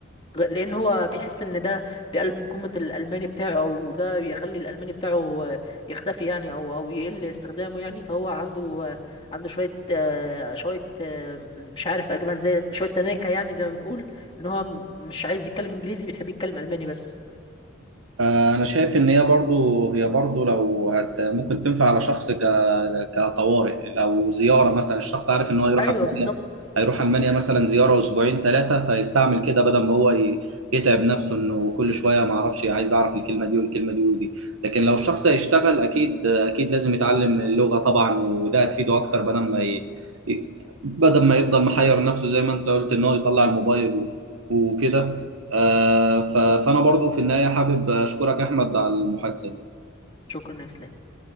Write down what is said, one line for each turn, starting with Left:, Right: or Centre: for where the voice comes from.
Left: غ- لان هو بيحس ان ده بيقلل من قيمه الالماني بتاعه او ده بيخلي الالماني بتاعه آه، يختفي يعني او او يقل استخدامه يعني فهو عنده آه، عنده شويه آه، شويه آه، مش عارف اجيبها ازاي شويه تناكه يعني زي ما بنقول ان هو م- مش عايز يتكلم انجليزي بيحب يتكلم الماني بس
Right: انا شايف ان هي برضو هي برضو لو هت ممكن تنفع على شخص كطوارئ لو زياره مثلا الشخص عارف ان هو يروح
Left: ايوه
Right: المانيا
Left: بالظبط
Right: هيروح المانيا مثلا زياره اسبوعين ثلاثه فيستعمل كده بدل ما هو ي- يتعب نفسه انه كل شويه ما اعرفش عايز اعرف الكلمه دي والكلمه دي ودي لكن لو الشخص هيشتغل اكيد اكيد لازم يتعلم اللغه طبعا وده هتفيده اكتر بدل ما ي... ي- بدل ما يفضل محير نفسه زي ما انت قلت ان هو يطلع الموبايل و- وكده آه، ف- فانا برضو في النهايه حابب اشكرك يا احمد على المحادثه دي.
Left: شكرا يا اسلام